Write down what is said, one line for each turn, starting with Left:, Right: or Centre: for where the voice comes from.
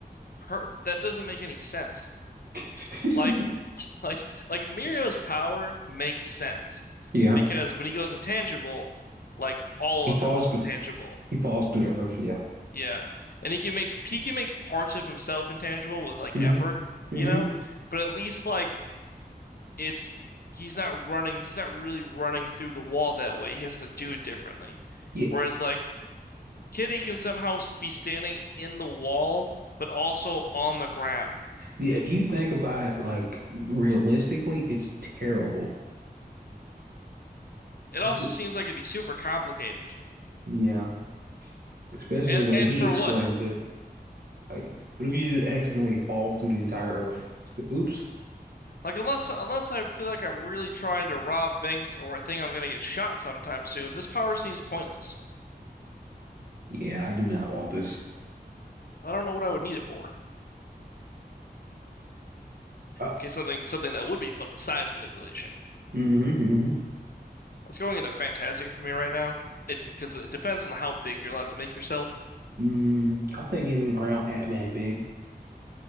Left: her that doesn't make any sense.
Right: <laughs>
Left: Like <laughs> Like like Mirio's power makes sense
Right: Yeah.
Left: because when he goes intangible, like all
Right: He
Left: of
Right: falls
Left: him is
Right: through
Left: intangible.
Right: he falls through the earth. Yeah.
Left: Yeah. And he can make he can make parts of himself intangible with like
Right: hmm
Left: effort,
Right: hmm
Left: you know? But at least like it's he's not running he's not really running through the wall that way. He has to do it differently.
Right: Yeah.
Left: Whereas like Kitty can somehow s- be standing in the wall but also on the ground.
Right: Yeah. If you think about it, like realistically, it's terrible.
Left: It
Right: Y-
Left: also seems like it'd be super complicated.
Right: Yeah. Especially
Left: And
Right: the way
Left: and
Right: he
Left: for
Right: explains
Left: what?
Right: it. Like, what if you just accidentally fall through the entire earth? So, oops.
Left: Like unless unless I feel like I'm really trying to rob banks or I think I'm gonna get shot sometime soon, this power seems pointless.
Right: Yeah, I do not want this.
Left: I don't know what I would need it for.
Right: Uh,
Left: Okay, something something that would be fun, size manipulation.
Right: hmm hmm
Left: That's going into fantastic for me right now. It because it depends on how big you're allowed to make yourself.
Right: Mm, I'm thinking around Ant-Man big.